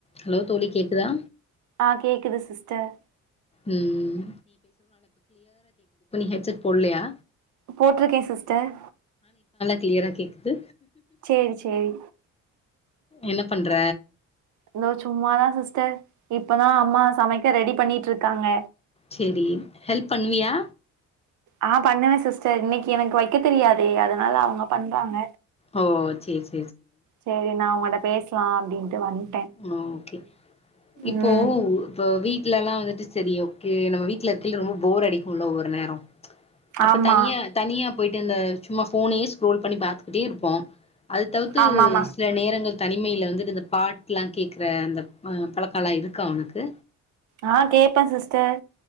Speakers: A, on the left (about 20°); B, on the right (about 75°).
A: ஹலோ தோழி கேக்குதா
B: ஆஹ் கேக்குது சிஸ்டர்
A: ம் ஹச்சட போடலயா
B: போட்டிருக்கேன் சிஸ்டர்
A: கிளியராக கேகுது
B: சேரி சேரி
A: என்ன பண்ற
B: இந்த சும்மாாதான் சிஸ்டர் இப்பதான் அம்மா சமைக்க ரெடி பண்ணி ட்டு இருக்காங்க
A: செரி ஹெல்ப் பண்ணுவியா
B: ஆஹ் பண்ணுவேன் சிஸ்டர் இன்னைக்கு எனக்கு வைக்க தெரியாதே அதனால அவங்க பண்றாங்க
A: ஓ செரி செ
B: செரி நான் மடக் பேசலா அப்படின்ட்டு வந்துி
A: ஆஹ ஓகே இப்போ
B: ம்
A: இப்ப வீட்ல எல்லாம் வந்துட்டு செரி ஓக்கே நம்ம வீட்டுல இருக்க ரொம்ப போர் அடிக்கும்ணல ஒவ்வரு நேரம் அப்ப
B: ஆமா
A: தனியா தனியா போயிட்டுந்த சும்மா போன் ரோல் பண்ணி பாாரத்துக்கிட்டே இருப்போம் அது தவிர்த்து
B: ஆமாமா
A: சில நேரங்கள் தனிமையையில் வந்துட்டு இந்த பாட் லாம் கேக்குற அந்த அஹ் பழக்க எல்லாம் இருக்கா உனனுக்கு
B: ஆஹ் கே்பேன் சிஸ்டர்